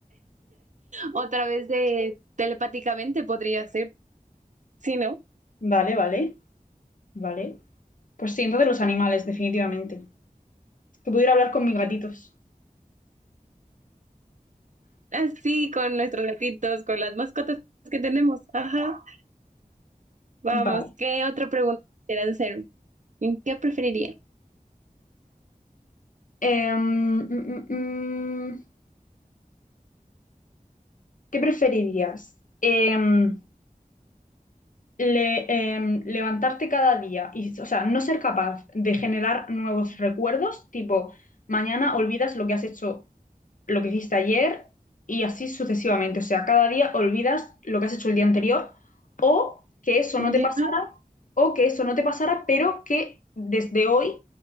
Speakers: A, on the right (about 55°); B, on the left (about 60°).
A: otra vez de telepáticamente podría ser, sí no?
B: Vale, vale, vale. Pues sí, entonces los animales, definitivamente. Que pudiera hablar con mis gatitos.
A: Así con nuestros gatitos, con las mascotas que tenemos. Ajá. Vamos,
B: Vale.
A: ¿qué otra pregunta quieras hacerme? ¿En ¿Qué preferiría?
B: Em, mm, mm, mm, ¿qué preferirías? Em, le- em, levantarte cada día y, o sea, no ser capaz de generar nuevos recuerdos, tipo, mañana olvidas lo que has hecho, lo que hiciste ayer y así sucesivamente. O sea, cada día olvidas lo que has hecho el día anterior o que eso
A: Ya,
B: no te pasara, o que eso no te pasara, pero que desde hoy